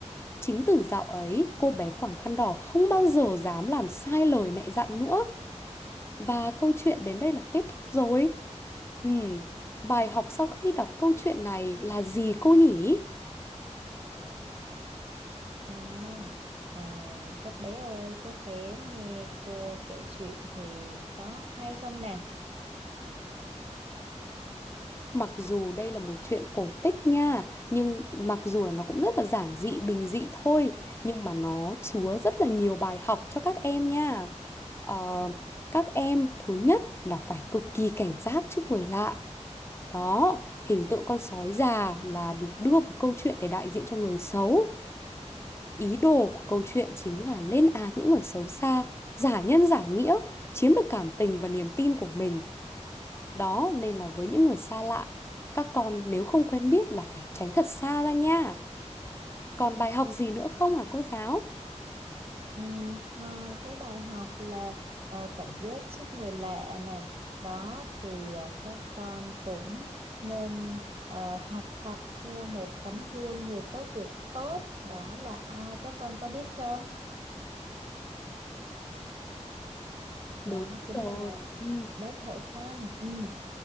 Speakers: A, on the left; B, on the right.
A: Chính từ dạo ấy, cô bé quàng khăn đỏ không bao giờ dám làm sai lời mẹ dặn nữa. Và câu chuyện đến đây là kết thúc rồi. Ừm, Bài học sau khi đọc câu chuyện này là gì cô nhỉ?
B: À, à, các bé ơi, các bé nghe cô kể chuyện thì có hay không nè?
A: Mặc dù đây là một chuyện cổ tích nha, nhưng mặc dù là nó cũng rất là giản dị, bình dị thôi, nhưng mà nó chứa rất là nhiều bài học cho các em nha. Ờ, các em thứ nhất là phải cực kỳ cảnh giác trước người lạ. Đó, hình tượng con sói già là được đưa vào câu chuyện để đại diện cho người xấu. Ý đồ của câu chuyện chính là lên án những người xấu xa, giả nhân giả nghĩa, chiếm được cảm tình và niềm tin của mình. Đó nên là với những người xa lạ, các con nếu không quen biết là phải tránh thật xa ra nha. Còn bài học gì nữa không hả cô giáo?
B: Ừ, ngoài cái bài học là ờ, cảnh giác trước người lạ này, đó thì ờ, các con cũng nên ờ, học tập theo một tấm gương người tốt việc tốt, đó là ai các con có biết không?
A: Đúng
B: Đó chính
A: rồi.
B: là
A: Ừ.
B: bác thợ săn. Ừ.